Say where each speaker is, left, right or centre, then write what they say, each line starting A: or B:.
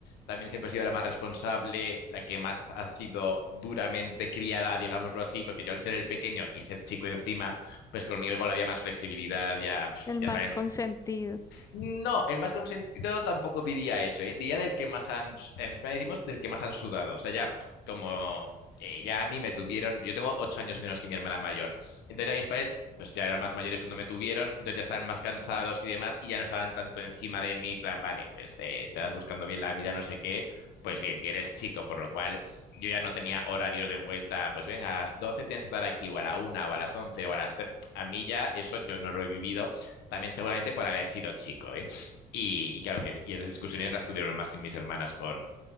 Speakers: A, on the left (about 85°); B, on the left (about 20°).
A: también siempre ha sido la más responsable, la que más ha sido duramente criada, digámoslo así, porque yo al ser el pequeño y ser chico encima, pues conmigo igual había más flexibilidad, ya,
B: el
A: ya
B: más
A: también
B: consentido.
A: no, el más consentido tampoco diría eso, ¿eh? Diría del que más han, en España decimos del que más han sudado. O sea, ya como eh, ya a mí me tuvieron, yo tengo ocho años menos que mi hermana mayor. Entonces ya mis padres, pues ya eran más mayores cuando me tuvieron, entonces ya estaban más cansados y demás y ya no estaban tanto encima de mí, plan, vale, pues eh, te estás buscando bien la vida, no sé qué. Pues bien, y eres chico, por lo cual yo ya no tenía horarios de vuelta, pues ven a las 12 tienes que estar aquí, o a la una o a las 11 o a las 3. A mí ya eso yo no lo he vivido también seguramente por haber sido chico, ¿eh? Y, y claro, que, y esas discusiones las tuvieron más sin mis hermanas con,